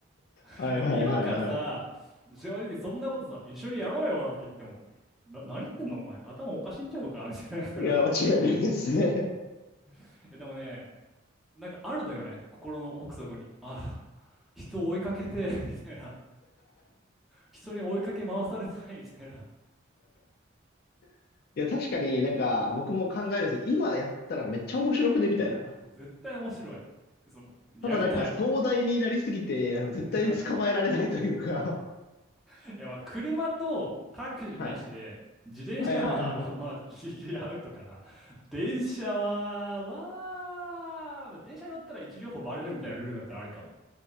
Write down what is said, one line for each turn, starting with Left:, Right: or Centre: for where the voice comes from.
Centre: <laughs>
Left: はいはいはいはい。
Centre: でも今からさ、正直そんなことさ、一緒にやろうよなんて言っても、な、何言ってんのお前、頭おかしいんちゃうかみたいなだから。
Left: いや、間違いないですね。
Centre: <laughs> え、でもね、なんかあるのよね、心の奥底に。あ、人を追いかけて、<laughs> みたいな。人に追いかけ回されたい、みたいな。
Left: <laughs> いや、確かになんか、僕も考えるんですよ。今やったらめっちゃ面白くねみたいな。
Centre: <laughs> 絶対面白い。そう、
Left: ただなんか、
Centre: やりたい。
Left: 壮大になりすぎて、あの、絶対に捕まえられないというか。
Centre: <laughs> いやまあ車とタクシーなしで、
Left: <laughs> はい。
Centre: 自転車はあまあギリギリアウトかな。
Left: はいはいはい。
Centre: 電車は、まあ、まあ、電車乗ったら位置情報バレるみたいなルールだったらありかも。